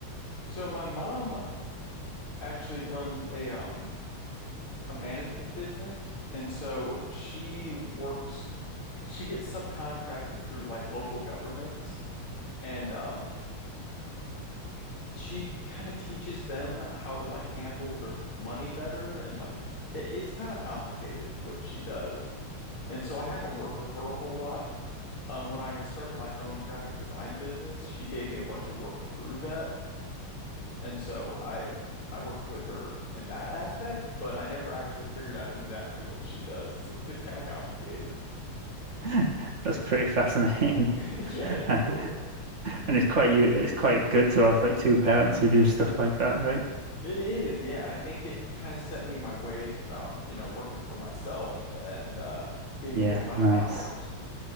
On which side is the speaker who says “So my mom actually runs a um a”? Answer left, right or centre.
Left